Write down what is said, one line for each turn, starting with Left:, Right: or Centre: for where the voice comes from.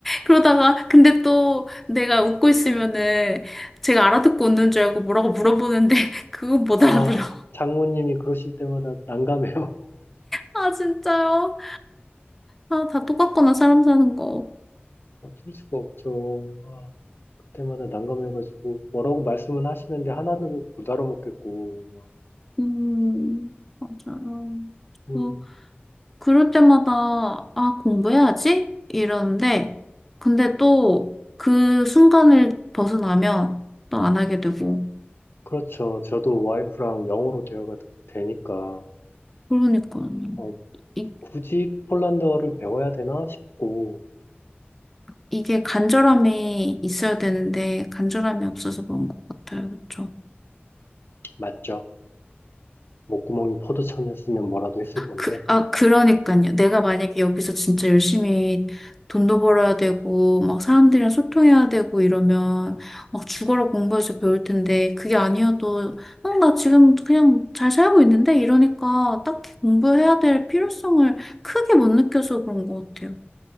Centre: 그러다가 근데 또 내가 웃고 있으면은 제가 알아듣고 웃는 줄 알고 뭐라고 물어보는데 <laughs> 그건 못
Left: 아
Centre: 알아들어.
Left: 장모님이 그러실 때마다 난감해요. <laughs>
Centre: 아 진짜요? 아 다 똑같구나 사람 사는 거.
Left: 어쩔 수가 없죠. 아, 그때마다 난감해가지고 뭐라고 말씀은 하시는데 하나도 못 알아먹겠고 막
Centre: 음 맞아요.
Left: 음,
Centre: 뭐 그럴 때마다 아 공부해야지 이러는데 근데
Left: 음.
Centre: 또 그 순간을 벗어나면 또 안 하게 되고
Left: 그렇죠. 저도 와이프랑 영어로 대화가 되니까
Centre: 그러니까요.
Left: 어,
Centre: 이,
Left: 굳이 폴란드어를 배워야 되나 싶고
Centre: 이게 간절함이 있어야 되는데 간절함이 없어서 그런 것 같아요. 그렇죠?
Left: 맞죠. 목구멍이 포도청이었으면 뭐라도 했을 건데,
Centre: 그, 아, 그러니까요. 내가 만약에 여기서 진짜 열심히 돈도 벌어야 되고, 막 사람들이랑 소통해야 되고 이러면 막 죽어라 공부해서 배울 텐데, 그게 아니어도, 어, 나 지금 그냥 잘 살고 있는데? 이러니까 딱히 공부해야 될 필요성을 크게 못 느껴서 그런 것 같아요.